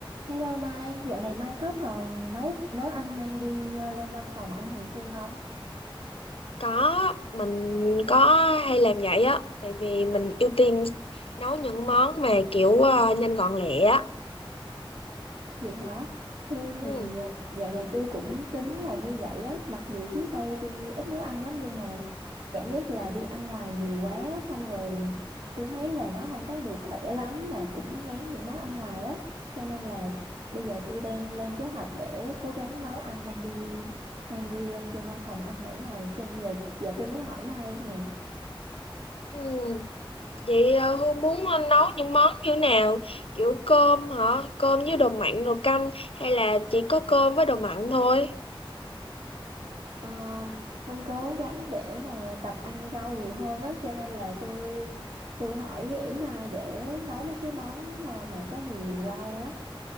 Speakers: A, on the right; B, on the left.
A: Hello Mai, dạo này Mai có còn nấu nấu ăn mang đi ờ, lên văn phòng ăn thường xuyên không?
B: Có, mình có hay làm vậy á, tại vì mình ưu tiên nấu những món mà kiểu ờ, nhanh gọn lẹ á.
A: Vậy hả? Tôi thì
B: Ừ.
A: ờ, dạo này tôi cũng tính làm như vậy á, mặc dù trước đây tôi ít nấu ăn lắm nhưng mà cảm giác là đi ăn ngoài nhiều quá xong rồi tôi thấy là nó không có được khỏe lắm mà cũng ngán những món ăn ngoài á, cho nên là bây giờ tôi đang lên kế hoạch để cố gắng nấu ăn mang đi mang đi lên trên văn phòng ăn mỗi ngày, cho nên giờ giờ tôi mới hỏi Mai nè.
B: Ừ. Vậy ờ, Hương muốn nấu những món như nào? Kiểu cơm hả? Cơm với đồ mặn rồi canh hay là chỉ có cơm với đồ mặn thôi?
A: Ờ, Hương cố gắng để mà tập ăn rau nhiều hơn á cho nên là tôi tôi hỏi Yển Mai để nấu mấy cái món ờ, mà có nhiều rau á